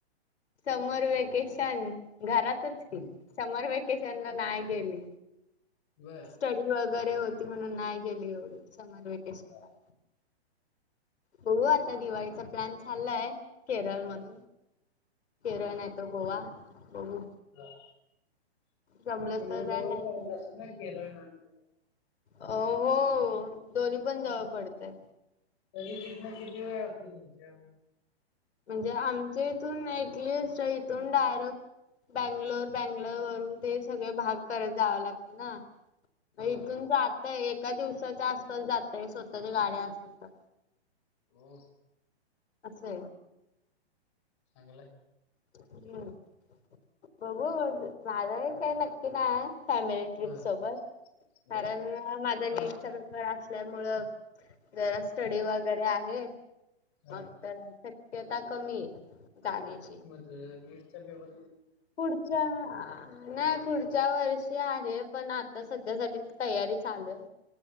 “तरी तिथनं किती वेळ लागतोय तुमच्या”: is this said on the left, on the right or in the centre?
Left